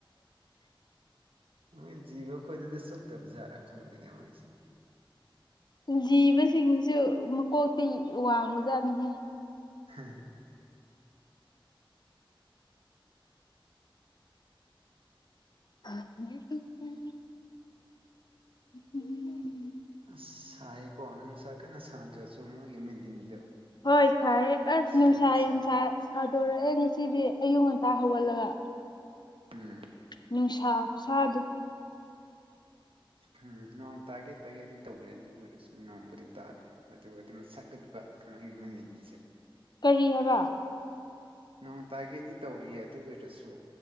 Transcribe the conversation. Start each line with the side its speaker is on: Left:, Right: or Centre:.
Right: ꯃꯣꯏ ꯖꯤꯕ ꯈꫭꯏꯗꯗꯤ ꯆꯨꯞꯇꯕ ꯖꯥꯠꯔ ꯈꯪꯗꯦꯅꯦ ꯃꯣꯏꯁꯤ
Left: ꯖꯤꯕꯁꯤꯡꯁꯤꯁꯨ ꯃꯀꯣꯛꯇꯤ ꯋꯥꯡꯕꯖꯥꯠꯅꯤꯍꯦ
Right: ꯍ
Left: ꯎ ꯎꯝ ꯎꯝ
Right: ꯑꯁ ꯁꯥꯏꯌꯦꯀꯣ ꯅꯨꯡꯁꯥ ꯀꯟꯅ ꯁꯥꯗ꯭ꯔꯁꯨ ꯃꯣꯏꯒꯤ ꯃꯦꯅꯤꯟꯗꯣ
Left: ꯍꯣꯏ ꯁꯥꯏꯦ ꯑꯁ
Right: ꯁꯤ
Left: ꯅꯅꯨꯡꯁꯥꯏ
Right: ꯁꯥꯏ
Left: ꯌꯥꯝ ꯁꯥ ꯁꯥꯗꯣꯔꯛꯑꯦ ꯉꯁꯤꯗꯤ ꯑꯌꯨꯛ ꯉꯟꯇꯥ ꯍꯧꯒꯠꯂꯒ
Right: ꯎꯝ
Left: ꯅꯨꯡꯁꯥ ꯁꯥꯗ
Right: ꯎꯝ ꯅꯣꯡ ꯇꯥꯒꯦ ꯇꯥꯒꯦꯗꯤ ꯇꯧꯔꯦ ꯑꯗꯨ ꯑꯣꯏꯔꯁꯨ ꯅꯣꯡꯕꯨꯗꯤ ꯇꯥꯗꯦ ꯑꯗꯨ ꯑꯗꯨꯝ ꯁꯛꯒꯠꯄ ꯃꯥꯒꯤ ꯃꯅꯤꯟꯁꯦ
Left: ꯀꯔꯤ ꯍꯥꯏꯕ
Right: ꯅꯣꯡ ꯇꯥꯒꯦꯗꯤ ꯇꯧꯔꯤꯌꯦ ꯑꯗꯨ ꯑꯣꯏꯔꯁꯨ